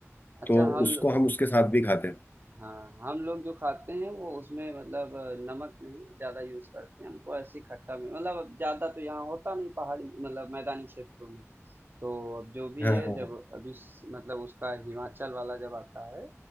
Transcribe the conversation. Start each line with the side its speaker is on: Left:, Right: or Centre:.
Right: अच्छा
Left: तो
Right: हम
Left: उसको हम उसके साथ भी खाते हैं
Right: हाँ, हम लोग जो खाते हैं वो उसमें मतलब अ, नमक नहीं ज्यादा यूज करते हैं हमको ऐसी खट्टा में मतलब अब ज्यादा तो यहाँ होता नहीं पहाड़ी मतलब मैदानी क्षेत्रों में तो अब जो भी
Left: हाँ
Right: है
Left: हाँ
Right: जब अभी स- मतलब उसका हिमाचल वाला जब आता है